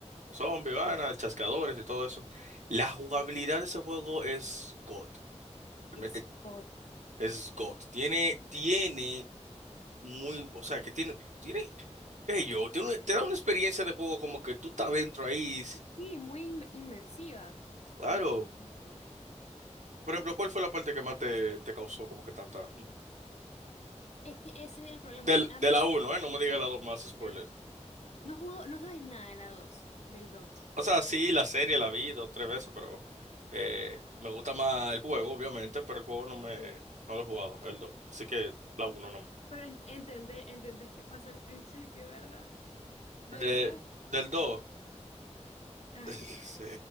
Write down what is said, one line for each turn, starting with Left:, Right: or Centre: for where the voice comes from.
Right: Los zombies, van
Left: Sí.
Right: a chascadores y todo eso. La jugabilidad de ese juego es God. Realmente
Left: Scott.
Right: es God. Tiene, tiene muy, o sea, que tiene, tiene, qué sé yo, tiene, una- te da una experiencia de juego como que tú estás dentro ahí. y si-
Left: Sí, muy in- inmersiva.
Right: claro.
Left: Es buenísimo.
Right: Por ejemplo, ¿cuál fue la parte que más te, te causó como que tanta... mm?
Left: Es que ese es el problema.
Right: Del,
Left: A
Right: de
Left: mí,
Right: la uno? ¿eh? No me digas la dos más spoilers.
Left: el- no jugó, no sabes nada de la 2 del 2.
Right: O sea, sí, la serie la vi dos, tres veces, pero eh, me gusta más el juego, obviamente, pero el juego no me...
Left: Sí.
Right: No lo he jugado, el dos, Así que la 1 nomás.
Left: Pero ent- entendé, entendés qué pasa al principio, ¿verdad? Del
Right: De,
Left: 2.
Right: del 2,
Left: Ajá.
Right: <laughs> Sí,